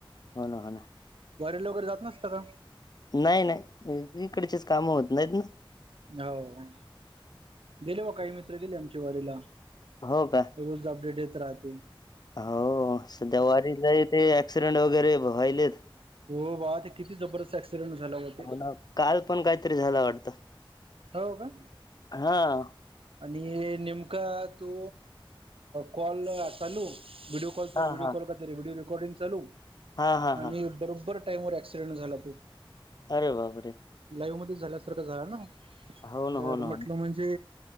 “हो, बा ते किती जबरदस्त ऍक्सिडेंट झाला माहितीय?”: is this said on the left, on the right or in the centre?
Right